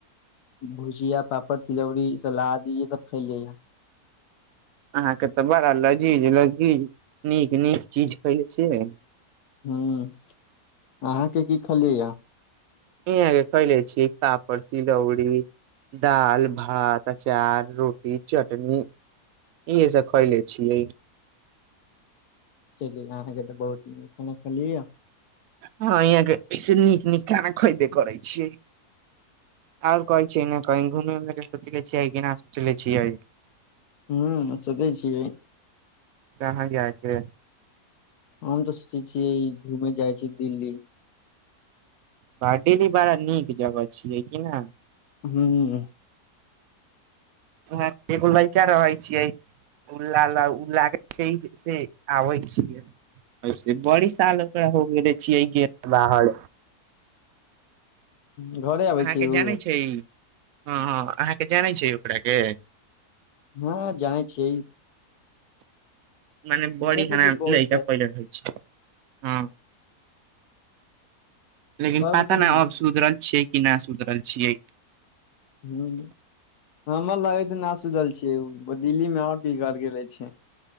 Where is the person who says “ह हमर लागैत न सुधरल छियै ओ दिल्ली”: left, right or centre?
Left